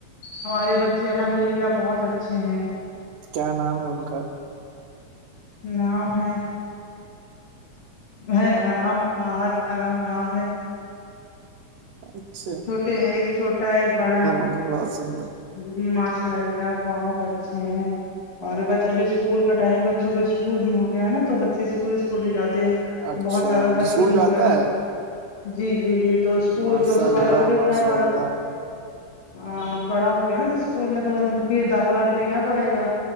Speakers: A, on the left; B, on the right.
A: ہمارے بچے الحمد للہ بہت اچھے ہیں
B: کیا نام ہے ان کا
A: نام ہے ہے آرام آاد آرام نام ہے
B: اچھا
A: چھوٹے ہیں ایک چھوٹا ہے ایک بڑا ہے
B: ے بہت سندر
A: جی ماشاء اللہ بہت اچھے ہیں اور ب ابھی اسکول کا ٹائم بچوں کوکول اسکول بھی ہو گیا ہے نا تو بچے اسکول اسکول بھی جاتے ہیں
B: اچھا
A: تو بہت زیادہ ورکنگ
B: جی اسکول جاتا
A: وغیرہ
B: ہے
A: جی جی جی تو اسکول
B: ماشاء
A: تو صبح
B: اللہ
A: جلتے اٹھنا
B: ماشاء
A: پڑا
B: اللہ
A: ہاں بڑا ہو گیا نا تو اسکول میں تو ان کی داخلہ دینا پڑے گا